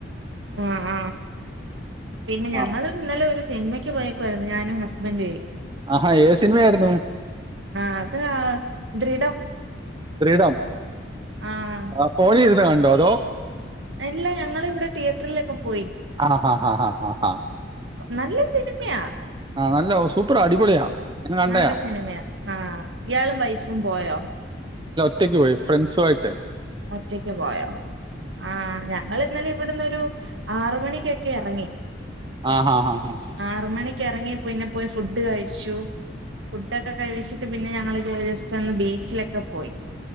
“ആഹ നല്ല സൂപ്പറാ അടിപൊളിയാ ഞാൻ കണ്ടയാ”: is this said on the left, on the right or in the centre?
Right